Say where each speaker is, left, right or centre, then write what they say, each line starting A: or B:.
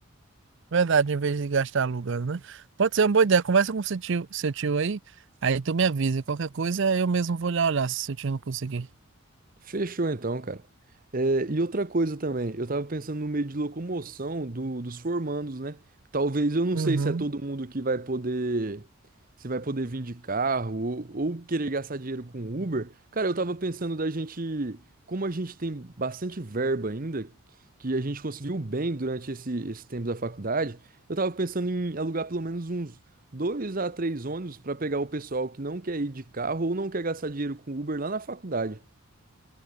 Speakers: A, on the right; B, on the right.
A: verdade, em vez de gastar alugando, né? Pode ser uma boa ideia. Conversa com seu tio, seu tio aí, aí tu me avisa. Qualquer coisa eu mesmo vou lá olhar se seu tio não conseguir.
B: Fechou então, cara. É, e outra coisa também, eu tava pensando no meio de locomoção do- dos formandos, né? Talvez eu não
A: Uhum.
B: sei se é todo mundo que vai poder, se vai poder vir de carro ou, ou querer gastar dinheiro com Uber. Cara, eu tava pensando da gente, como a gente tem bastante verba ainda, que a gente conseguiu bem durante esse, esse tempo da faculdade, eu tava pensando em alugar pelo menos uns dois a três ônibus pra pegar o pessoal que não quer ir de carro ou não quer gastar dinheiro com Uber lá na faculdade.